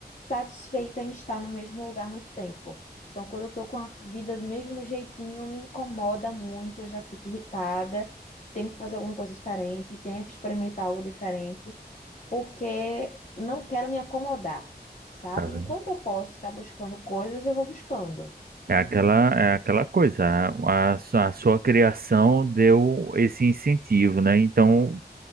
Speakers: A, on the left; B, on the right.
A: satisfeita em estar no mesmo lugar há muito tempo. Então, quando eu estou com a vida do mesmo jeitinho, me incomoda muito, eu já fico irritada, tenho que fazer alguma coisa diferente, tenho que experimentar algo diferente, porque não quero me acomodar, sabe?
B: Cara,
A: Enquanto eu posso estar buscando coisas, eu vou buscando.
B: É aquela, é aquela coisa, a, a sua a sua criação deu esse incentivo, né? Então